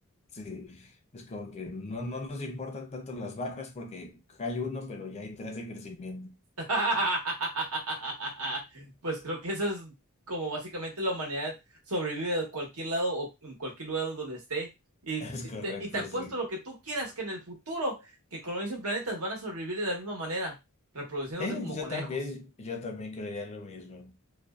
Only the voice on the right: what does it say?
<laughs> Pues creo que eso es como básicamente la humanidad sobrevive de cualquier lado o en cualquier lugar donde esté.
Y,
y
te, y te apuesto
lo que tú quieras que en el futuro que colonicen planetas van a sobrevivir de la misma manera, reproduciéndose
como
conejos.